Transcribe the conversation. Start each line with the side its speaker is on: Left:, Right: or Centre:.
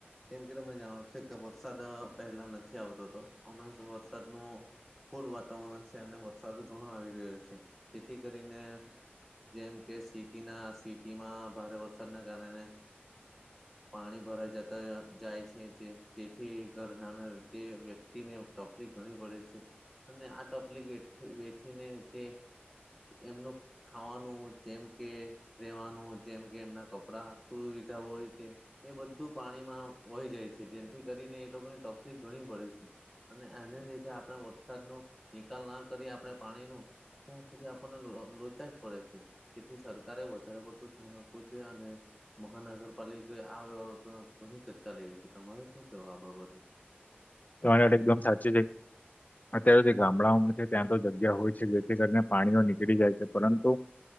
Centre: જેમ કે તમે જાણો છો કે વરસાદ પહેલા નથી આવતો તો હમણાં વરસાદ નો ફૂલ વાતાવરણ છે અને વરસાદ ઘણો આવી રહ્યો છે જેથી કરીને જેમ કે સિટીના સિટીમાં ભારે વરસાદના કારણે પાણી ભરાઈ જતા જાય છે જેથી ઘરનાના જે વ્યક્તિ ને તકલીફ ઘણી પડે છે અને આ તકલીફ વેઠીને જે એમનું ખાવાનું જેમ કે રેવાનું જેમ કે એમના કપડા સુવિધા હોય છે એ બધું પાણીમાં વહી જાય છે જેથી કરીને એ લોકોને તકલીફ ઘણી પડે છે અને એને લીધે આપણે વરસાદ ન નિકાલ ના કરી આપણે પાણી ન ત્યાં સુધી આપણને લોચા જ પડે છે જેથી સરકારે વધારે પડતુ ધ્યાન આપવ <unintelligible> મહાનગરપાલિકાએ આ બાબત ઘણી ચર્ચા લેવી છે તમારે શું કેવું આ બાબતમાં
Left: તમારી વાત એકદમ સાચી છે અત્યારે છે ગામડા ત્યાં તો જગ્યા હોય છે જેથી કરીને પાણીઓ નીકળી જાય છે પરંતુ